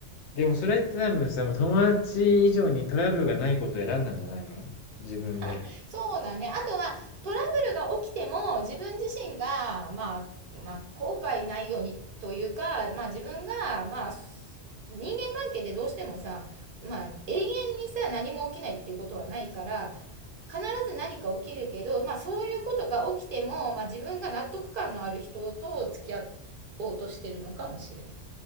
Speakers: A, on the left; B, on the right.
A: でもそれって多分さ、もう友達以上にトラブルがないことを選んだんじゃないの？自分で。
B: <laughs>。そうだね。あとは、トラブルが起きても、自分自身が、まあ、まあ、後悔ないようにというか、まあ、自分が、まあ、人間関係でどうしてもさ、まあ、永遠にさ、何も起きないっていうことはないから、必ず何か起きるけど、まあ、そういうことが起きても、まあ、自分が納得感のある人と付き合おうとしてるのかもしれない。